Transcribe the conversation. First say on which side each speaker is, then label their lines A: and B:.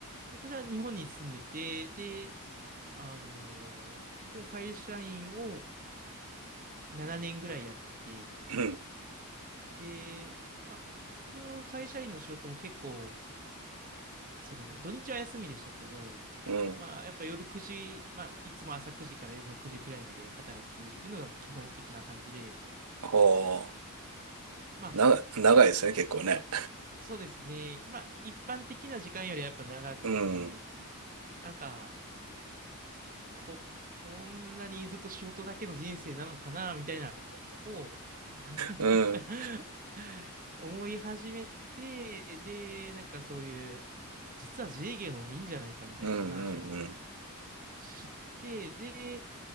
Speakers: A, on the right (about 40°); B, on the right (about 85°).
A: 私は日本に住んでて、で、あのー僕も会社員を7年ぐらいやって、
B: うん。
A: で、まあ、僕の会社員の仕事も結構、その、土日は休みでしたけど、
B: うん。
A: まあ、やっぱ夜9時、まあ、いつも朝9時から夜の9時くらいまで働くっていうのが基本的な感じで、
B: はあ。
A: ま
B: な、長いですね、結構ね。
A: あ、そうですね。まあ、一般的な時間よりやっぱ長くて、
B: <laughs> うん。
A: なんか、こ、こんなにずっと仕事だけの人生なのかな、みたいな、を
B: うん。
A: <laughs> 思い始めて、で、なんかそういう、実は自営業の方がいいんじゃないかみたいな話を
B: うん、うん、うん。
A: 知って、で、